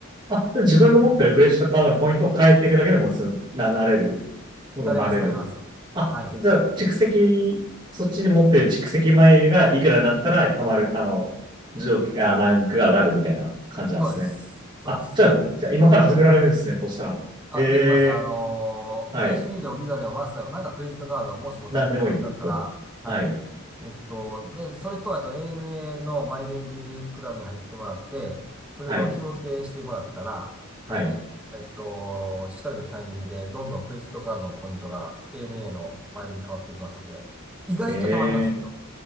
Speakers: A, on the right; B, in the centre.
A: あ、で自分の持ってるクレジットカードのポイントを変えていくだけでもすな、なれる。
B: <laughs>
A: そうなれる。
B: なれます、なれます。
A: あ、
B: はい。
A: じゃあ、蓄積、そっちに持ってる蓄積前がいくらになったら、たまる、あの、上、あ、ランクが上がるみたいな感じなんですね。
B: そうです。そうです。
A: あ、じゃあ、じゃあ今から始められるんですね、そうしたら。
B: あ、
A: ええ
B: できます。あのー、
A: はい。
B: JCB でもビザでもマスターでもなんかクレジットカードをもし持たれてるんだったら、
A: なんでもいいと。
B: はい。
A: はい。
B: えっと、で、それと、あと ANA のマイレージクラブに入ってもらって、それを紐付けしてもらったら、
A: はい。はい。
B: はい。えっと、しかるべきタイミングで、どんどんクレジットカードのポイントが ANA のマイルに変わっていきますので、意外と貯まりますよ。
A: ええ